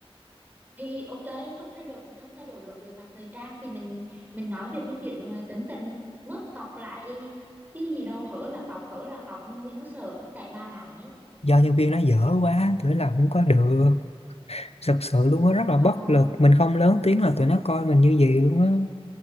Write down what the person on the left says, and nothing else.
do nhân viên nó dở quá tụi nó làm không có được thật sự luôn á rất là
bất lực mình không lớn tiếng là tụi nó coi mình như vậy luôn á